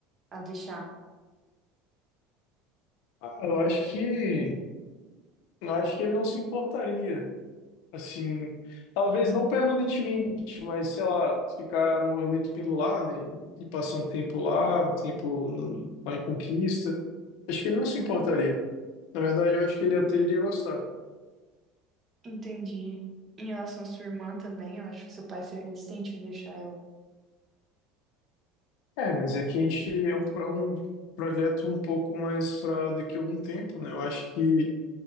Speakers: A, on the right; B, on the left.
A: a deixar.
B: Ah, eu acho que eu acho que ele não se importaria. Assim, talvez não permanentemente, mas sei lá, ficar no movimento pendular, né? E passar um tempo lá, um tempo no- lá em Conquista. Acho que ele não se importaria. Na verdade, eu acho que ele até iria gostar.
A: Entendi. Em relação à sua irmã também, eu acho que seu pai seria resistente em deixar ela.
B: É, mas é que a gente é um, pro- um projeto um pouco mais para daqui a algum tempo, né? Eu acho que